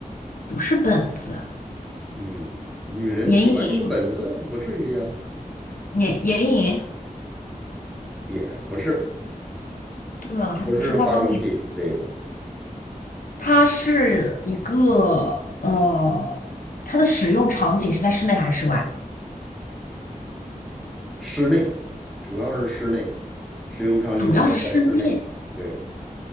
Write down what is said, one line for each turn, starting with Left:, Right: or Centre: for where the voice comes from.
Left: 不是本子，
Centre: 嗯，女人喜欢用本子，
Left: 眼影，
Centre: 不至于呀，
Left: 眼眼影，
Centre: 也不是，
Left: 对哦，它不是化妆品，
Centre: 不是化妆品之类的，
Left: 它是一个呃，它的使用场景是在室内还是室外？
Centre: 室内，主要是室内，使用场景主要在室内，
Left: 主要是室内
Centre: 对，